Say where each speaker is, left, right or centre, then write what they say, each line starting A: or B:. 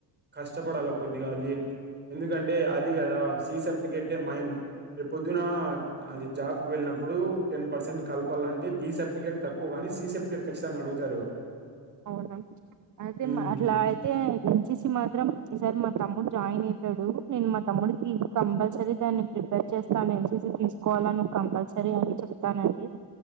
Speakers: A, on the right; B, on the right.
A: కష్టపడాలి కొద్దిగా అది ఎందుకంటే అది కదా సీ సర్టిఫికెట్ మైన్ రే పొద్దున అది జాబ్ కువెళ్ళినప్పుడు టెన్ పర్సెంట్ కలపాల అంటే బి సర్టిఫికేట్ తక్కువ కానీ సి సర్టిఫికేట్ ఖచ్చితంగా అడుగుతారు
B: అవునా అదే
A: హ్మ్.
B: అట్లా అయితే ఎన్సిసి మాత్రం ఈసారి మా తమ్ముడు జాయిన్ అయి తాడు నేను మా తమ్ముడికి కంపల్సరీ దాన్ని ప్రిపేర్ చేస్తాను ఎంసిసీ తీసుకోవాలా నువ్వు కంపల్సరీ సరే అని చెప్తానండి